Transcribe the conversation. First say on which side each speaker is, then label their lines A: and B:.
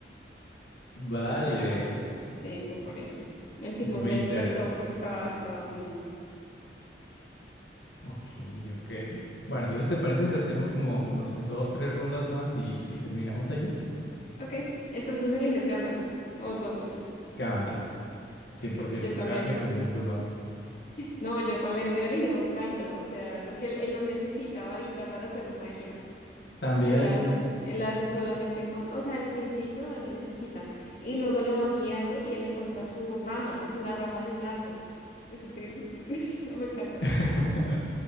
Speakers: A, on the left; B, on the left.
A: Vale,
B: O sea, sí, fue por eso. El tipo
A: me
B: se despertó
A: interesa.
B: porque estaba, estaba dormido.
A: Ok, ok. Bueno, entonces ¿te parece si hacemos como, no sé, dos, tres rondas más y, y terminamos allí?
B: Ok, entonces eliges Gandalf o Dumbledore.
A: Gandalf, cien
B: Ok,
A: por ciento
B: yo también.
A: cada vez me convenzo más.
B: No, yo también hubiera elegido Gandalf, o sea, porque él, él no necesita varita para hacer magia.
A: También,
B: Él hace, él hace solamente con, o sea, al principio él lo necesita y luego lo van guiando y él encuentra su rama, es una rama de un árbol. Es increíble. <laughs> Me encanta.
A: <laughs>